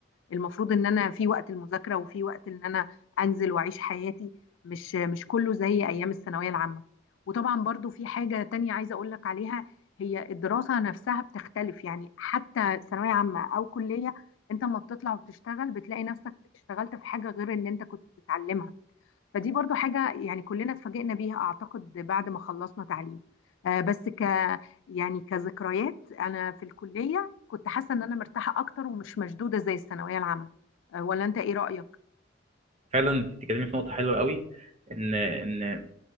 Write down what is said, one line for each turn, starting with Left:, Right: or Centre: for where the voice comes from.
Left: المفروض إن أنا في وقت المذاكرة وفي وقت إن أنا أنزل وأعيش حياتي مش مش كله زي ايام الثانويه العامه وطبعا برضو في حاجه تانية عايزه اقول لك عليها هي الدراسه نفسها بتختلف يعني حتى ثانويه عامه او كليه انت لما بتطلع وبتشتغل بتلاقي نفسك اشتغلت في حاجه غير اللي انت كنت بتتعلمها فدي برضو حاجه يعني كلنا اتفاجئنا بيها اعتقد بعد ما خلصنا تعليم آه، بس ك يعني كذكريات انا في الكليه كنت حاسه ان انا مرتاحه اكتر ومش مشدوده زي الثانويه العامه آه، ولا انت ايه رايك
Right: فعلا انت بتتكلمي في نقطه حلوه قوي ان ان